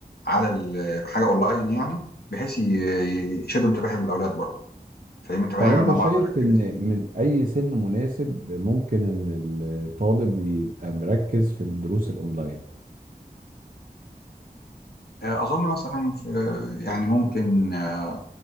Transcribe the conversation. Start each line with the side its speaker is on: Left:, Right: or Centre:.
Left: على ال- حاجه اونلاين يعني بحيث ي- ي- يشدوا انتباه الاولاد برضه فاهمني انت بنعمل
Right: طب انت
Left: مع
Right: شايف
Left: بعض الاكتيفيتي
Right: ان
Left: دي
Right: من اي سن مناسب ممكن ان الطالب يبقى مركز في الدروس الاونلاين
Left: آه، اظن مثلا في يعني ممكن آه،